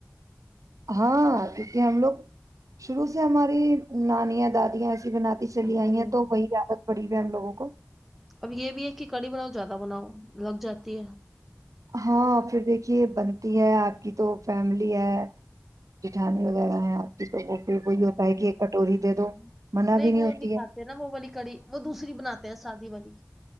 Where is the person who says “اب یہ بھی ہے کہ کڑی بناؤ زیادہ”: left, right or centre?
Centre